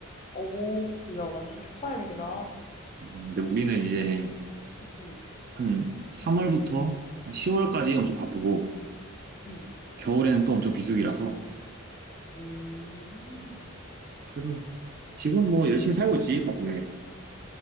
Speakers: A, on the left (about 30°); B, on the right (about 45°).
A: 오, 야, 완전 축하할 일이다.
B: 음, 근데 우리는 이제
A: 음,
B: 한 3월부터 한 10월까지
A: 음,
B: 엄청 바쁘고
A: 음,
B: 겨울에는 또 엄청 비수기라서
A: 음,
B: 음, 그래서 지금
A: 음.
B: 뭐 열심히 살고 있지, 바쁘게.